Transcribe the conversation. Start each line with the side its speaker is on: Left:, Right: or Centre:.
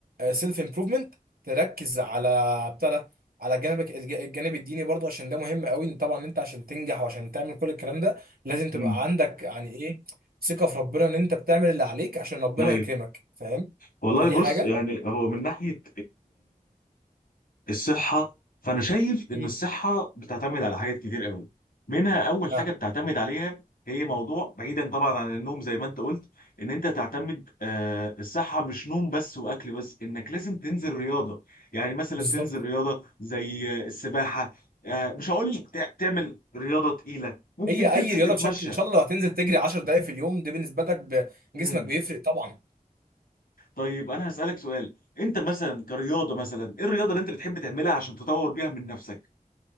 Right: سيلف امبروفمنت تركز على بتاع ده على جانبك الج- الجانب الديني برضه عشان ده مهم قوي إن طبعا انت عشان تنجح وعشان تعمل كل الكلام ده لازم تبقى
Left: امم
Right: عندك يعني ايه ثقة في ربنا ان انت بتعمل اللي عليك عشان ربنا
Left: ايوه
Right: يكرمك فاهم
Left: والله
Right: فدي
Left: بص
Right: حاجة
Left: يعني هو من ناحية الصحة فأنا شايف إن
Right: مم.
Left: الصحة بتعتمد على حاجات كتير قوي منها أول
Right: اه
Left: حاجة بتعتمد عليها هي موضوع بعيدا طبعا عن النوم زي ما أنت قلت إن أنت تعتمد آه الصحة مش نوم بس وأكل بس إنك لازم تنزل رياضة يعني مثلا
Right: بالظبط
Left: تنزل رياضة زي آه، السباحة آه مش هقول لك تع- تعمل رياضة تقيلة ممكن
Right: هي
Left: تنزل
Right: اي رياضة
Left: تتمشى
Right: بشكل ان شاء الله لو هتنزل تجري 10 دقائق في اليوم ده بالنسبة لك ب-
Left: مم.
Right: جسمك بيفرق طبعا
Left: طيب أنا هسألك سؤال أنت مثلا كرياضة مثلا إيه الرياضة اللي أنت بتحب تعملها عشان تطور بيها من نفسك؟